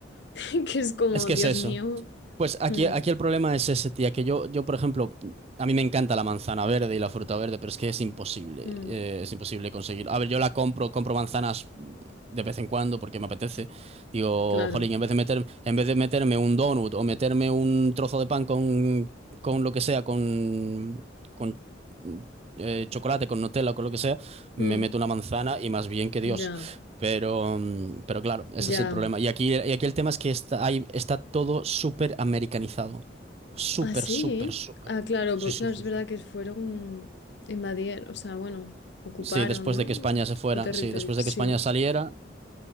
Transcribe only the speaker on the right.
Es que
es eso.
Pues aquí,
aquí el problema es ese, tía, que yo, yo, por ejemplo, a mí me encanta la manzana verde y la fruta verde, pero es que es imposible,
eh, es imposible conseguir. A ver, yo la compro, compro manzanas de vez en cuando porque me apetece. Digo,
jolín, en vez de meter, en vez de meterme un donut o meterme un trozo de pan con, con lo que sea, con, con eh, chocolate, con Nutella, con lo que sea, me
meto una manzana y más bien que Dios.
Pero, mm, pero claro, ese
es el problema. Y aquí, y aquí el tema es que está, hay- está todo súper americanizado. Súper,
súper, súper.
Sí,
sí,
sí,
sí.
Sí, después
de que España se fuera,
sí, después
de que España saliera,